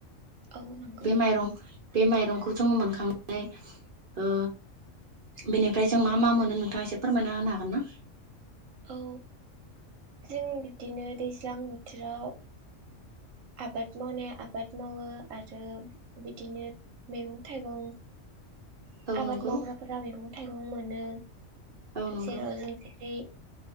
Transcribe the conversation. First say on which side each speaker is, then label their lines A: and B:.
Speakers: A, on the right (about 80°); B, on the right (about 50°).
A: औ नंगौ
B: बे माइरं बे माइरंखौ जोङो मोनखांनानै ओ बेनिफ्राय जों मा मा मोनो नोंथाङा एसे फोरमायना होनो हागोन ना
A: औ जों बिदिनो दैज्लां बोथोराव आबाद मावनाय आबाद मावो आरो बिदिनो मैगं थाइगं
B: औ
A: आबाद
B: नंगौ
A: मावग्राफोरा मैगं थाइगं मोनो
B: औ नंगौ
A: जेराव जों जेरै